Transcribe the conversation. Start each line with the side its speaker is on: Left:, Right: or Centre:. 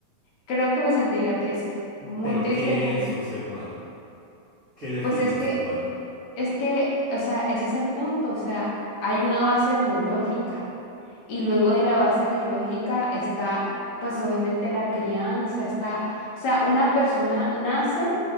Left: Creo que me sentiría triste, muy
Right: Pero
Left: triste.
Right: ¿qué
Left: con-
Right: es un ser humano? ¿Qué define
Left: Pues es
Right: a un
Left: que,
Right: ser humano?
Left: es que, o sea, ese es el punto. O sea, hay una base biológica Y luego de la base biológica está, pues obviamente la crianza, está, o sea, una persona nace,